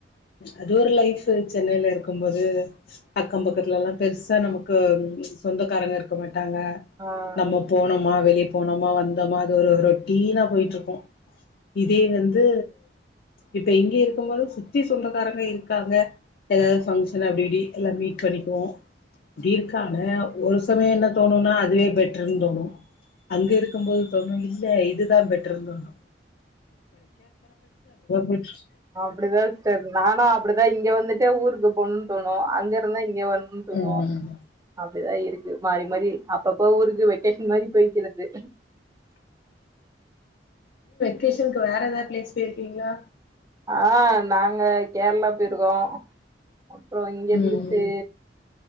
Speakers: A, on the left (about 55°); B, on the right (about 20°).
A: அது ஒரு லைஃப் சென்னைலருக்கும் போது அக்கம் பக்கத்துலலா பெருசா நமக்கு சொந்தக்காரங்க இருக்க மாட்டாங்க
B: ஆஹ்
A: நம்ம போனோமா வெளிய போனோமா வந்தோமா அது ஒரு ரொட்டீனா போயிட்ருப்போ இதே வந்து இப்ப இங்க இருக்கும்போது சுத் த்தி சொந்தக்காரங்க இருக்காங்க எதாவு ஃபங்க்ஷன் அப்டிப்டி எல்லா மீட் பண்ணிக்குவோ இப்டி இருக்கான ஒரு சமய என்ன தோணுனா அதுவே பெட்டர்ன் தோணூ அங்கருக்கும் போது தோணூ இல்ல இதுதான் பெட்டர்ன் தோணூ போயிட்ருக்கு
B: அப்பிடிதா ஸ்டர் நானு அப்பிடிதா இங்க வந்துட் டா ஊருக்கு போணூன் தோணு அங்கருந்தா இங்க வர்ணூன் தோணு
A: ம்
B: ப்டிதா இருக்கு மாறி மாறி அப்பப்ப ஊருக் கு வெக்கேஷன் மாரி போயக்கிறது
A: கேஷன்கு வேறெதா ப்ளேஸ் போயிருக்கீங்ளா
B: ஆ நாங்க கேர்ளா போயிருக்கோ அப்றோ இங்க இருந்துட்டு
A: ம் ம்